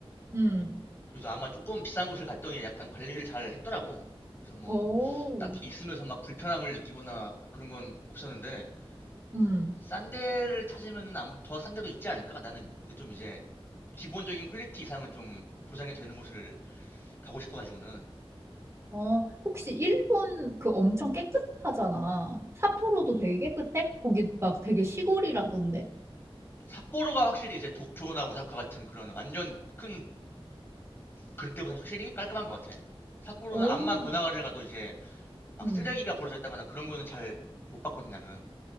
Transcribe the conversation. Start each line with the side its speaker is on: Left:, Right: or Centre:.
Right: 음.
Left: 그래서 아마 조금 비싼 곳을 갔더니 약간 관리를 잘 했더라고. 그래서 뭐
Right: 오.
Left: 딱히 있으면서 막 불편함을 느끼거나 그런 건 없었는데
Right: 음.
Left: 싼 데를 찾으면은 더 싼 데도 있지 않을까? 나는 좀 이제 기본적인 퀄리티 이상은 좀 보장이 되는 곳을 가고 싶어가지고는
Right: 어, 혹시 일본 그 엄청 깨끗하잖아. 삿포로도 되게 깨끗해? 거기 막 되게 시골이라던데.
Left: 삿포로가 확실히 이제 도쿄나 오사카 같은 그런 완전 큰 그런 때보다 확실히 깔끔한 것 같아. 삿포로는
Right: 오.
Left: 암만 번화가를 가도 이제 막
Right: 음.
Left: 쓰레기가 버려졌다거나 그런 거는 잘 못 봤거든 나는.